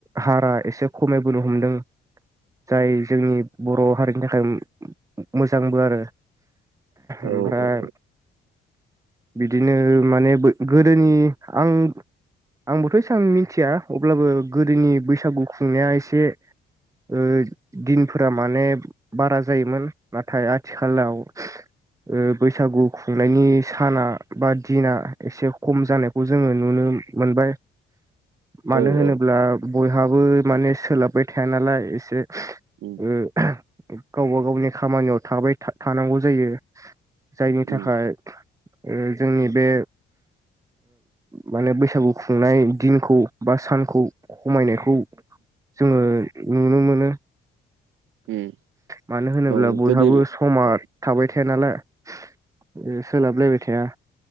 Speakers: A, on the right; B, on the right.
A: हारा एसे खमायबोनो हमदों जाय जोंनि बर' हारिनि थाखाय मोजांबो आरो
B: औ
A: ओमफ्राय
B: औ
A: बिदिनो माने बो गोदोनि आं आंबोथ' एसां मिथिया अब्लाबो गोदोनि बैसागु खुंनाया एसे ओ दिनफोरा माने बारा जायोमोन नाथाय आथिखालाव ओ बैसागु खुंनायनि साना बा दिना एसे खम जानायखौ जोङो नुनो मोनबाय मानो
B: औ
A: होनोब्ला
B: औ
A: बयहाबो माने सोलाबबाय थाया नालाय एसे
B: उम
A: ओ गावबा गावनि खामानियाव थाबाय थानांगौ जायो जायनि
B: उम
A: थाखाय ओ जोंनि बे माने बैसागु खुंनाय दिनखौ बा सानखौ खमायनायखौ जोङो नुनो मोनो
B: उम
A: मानो होनोब्ला
B: औ
A: बयहाबो
B: गोदो
A: स समा
B: औ
A: थाबाय थाया नालाय ओ सोलाबलायबाय थाया